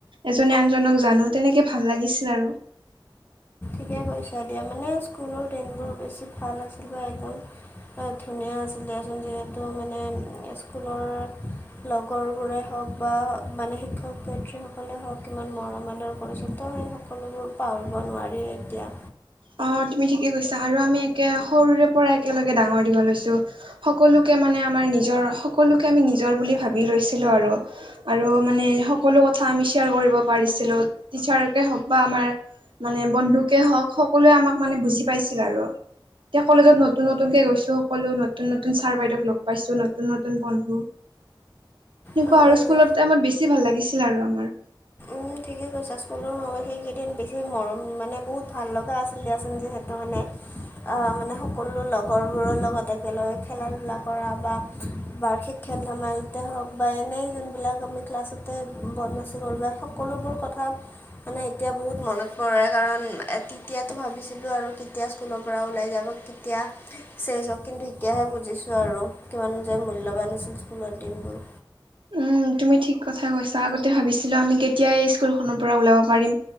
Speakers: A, on the right (about 80°); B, on the left (about 25°).
A: এজনে আনজনক জানো তেনেকে ভাল লাগিছিলে আৰু
B: ঠিকে কৈছা দিয়া মানে স্কুলৰ দিনবোৰ বেছি ভাল আছিল বা একদম বৰ ধুনীয়া আছিল দিয়া চোন যিহেতু মানে স্কুলৰ লগৰবোৰে হওক বা মানে শিক্ষক-শিক্ষয়িত্ৰীসকলে হওক কিমান মৰম আদৰ কৰিছিল ত সেই সকলোবোৰ পাহৰিব নোৱাৰি এতিয়া।
A: অ তুমি ঠিকে কৈছা আৰু আমি একে সৰুৰে পৰা একেলগে ডাঙৰ দীঘল হৈছো। সকলোকে মানে আমাৰ নিজৰ সকলোকে আমি নিজৰ বুলি ভাবি লৈছিলোঁ আৰু আৰু মানে সকলো কথা আমি শ্বেয়াৰ কৰিব পাৰিছিলো টিচাৰকে হওক বা আমাৰ মানে বন্ধুকে হওক সকলোৱে আমাক মানে বুজি পাইছিল আৰু এতিয়া কলেজত নতুন নতুন কে গৈছো সকলো নতুন নতুন ছাৰ বাইদেউ লগ পাইছো নতুন নতুন বন্ধু এনেকুৱা
B: হয়
A: আৰু
B: তুমি
A: স্কুলৰ টাইমত বেছি ভাল লাগিছিল আৰু আমাৰ
B: তুমিও ঠিকেই কৈছা স্কুলৰ সময়ত সেইকেইদিন বেছি মৰম মানে বহুত ভাল লগা আছিল দিয়াচোন যিহেতু মানে মানে সকলো লগৰবোৰৰ লগত একেলগে খেলা ধূলা কৰা বা বাৰ্ষিক খেল ধেমালিতে হওক বা এনেই যোনবিলাক আমি ক্লাছতে বনমাচি কৰো সকলোবোৰ কথা মানে এতিয়া বহুত মনত পৰে কাৰণ তেতিয়াতো ভাবিছিলোঁ আৰু কেতিয়া স্কুলৰ পৰা ওলাই যাব এতিয়া চেই চক কিন্তু এতিয়াহে বুজিছো আৰু কিমান যে মূল্যবান আছিল স্কুলত দিনবোৰ
A: উম। তুমি ঠিক কথাই কৈছা। আগতে ভাবিছিলো আমি কেতিয়া এই স্কুলখনৰ পৰা ওলাব পাৰিম।